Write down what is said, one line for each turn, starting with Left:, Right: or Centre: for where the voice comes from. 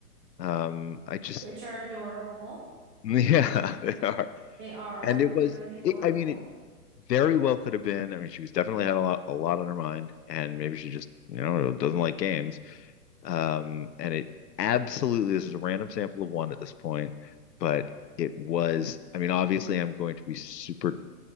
Left: Um, I just,
Right: which are adorable.
Left: <laughs> yeah, they are
Right: They are.
Left: and it was
Right: They're really adorable.
Left: it, i mean it very well could have been i mean she was definitely had a lot a lot on her mind and maybe she just you know doesn't like games um and it absolutely this is a random sample of one at this point but it was i mean obviously i'm going to be super